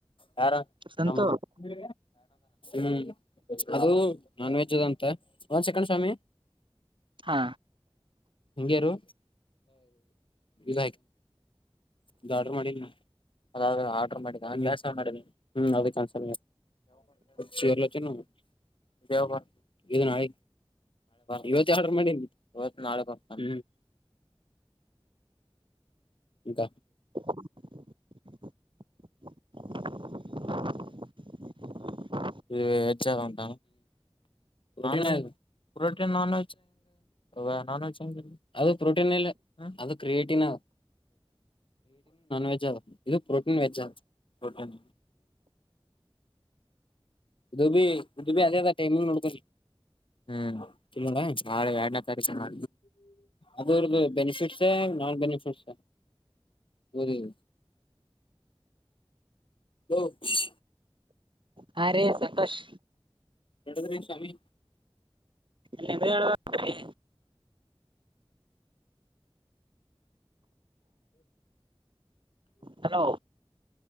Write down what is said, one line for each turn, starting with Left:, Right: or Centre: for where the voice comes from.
Left: ಯಾರ
Right: ಸಂತು
Left: ನಮ್ಮ ಬ ಹ್ಮ ಅದು ನಾನ್ ವೆಜ್ ಅದ ಅಂತ ಒಂದ್ ಸೆಕೆಂಡ್ ಸ್ವಾಮಿ
Right: ಹಾ
Left: ಹಂಗೆ ಇರು ಇ ಆರ್ಡರ್ ಮಾಡಿದೀನಿ ಅ ಆರ್ಡರ್ ಮಾಡಿ ಹಸ ಮಾಡ ಹ್ಮ ಅದ ಕನ್ಸ ಚೀರ್ವು <unintelligible> ಇದ ನಳಿ <unintelligible> ನಾಳೆ ಇವ <unintelligible> ಆಡ ಮಾಡ ಇವತ್ತು ನಾಳೆ ಬ ಹ್ಮ ಈಗ
Right: <unintelligible>
Left: ಇ ಹೆಂತ್ಮ ನ <unintelligible> protein non veg non veg ಅದು ಪ್ರೋಟೀನ್ ಇ ಅದು ಕ್ರಿಯೇಟ ನಾನ್ ವೆಜ್ ಇದು ಪ್ರೋಟೀನ್ ವೆಜ್ ಪ್ರೋಟೀನ್ ಇದು ಬಿಿ ಇದು ಬಿಿ ಅದೇ ಅ ಟೈಮಿಂಗ್ ನಡ್ಕ ಹ್ಮ್ ನಾಳೆ ಎರಡ್ನೇ ತಾರೀಕು ಅದ್ರದ್ದ ಬೆನಿಫಿಟ್ಸ ನಾನ್ ಬೆನಿಫಿಟ್ಸ <inaudible> ಫೇರಿನ ಹ್ಮ್ ಹ <unintelligible>
Right: ಹಾ ರೇ ಸಂತೋಷ್
Left: ಎಡುಗರಿ <unintelligible> ಶಾಮಿ
Right: ನೀವೆ ಹೇಳಬೇಕ್ರಿ ಹಲೋ